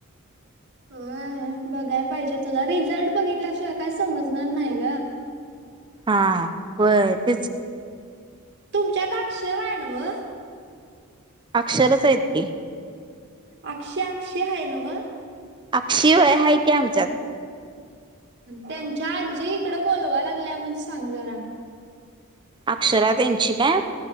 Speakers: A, on the right (about 55°); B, on the right (about 20°).
A: व्हय बघाय पाहिजे. तुझा रिझल्ट बघितल्या शिवाय काय समजणार नाही गं.
B: हा व्हय तेच कि
A: तुमच्यात अक्षर आहे नव्ह?
B: अक्षरच आहेत की.
A: अक्षय अक्षय हाये नव्ह?
B: अक्षी व्हय हायं कि आमच्यात.
A: त्यांच्या आजी इकडं बोलवालाय लागल्या म्हणून सांग जरा.
B: अक्षरा त्यांची काय?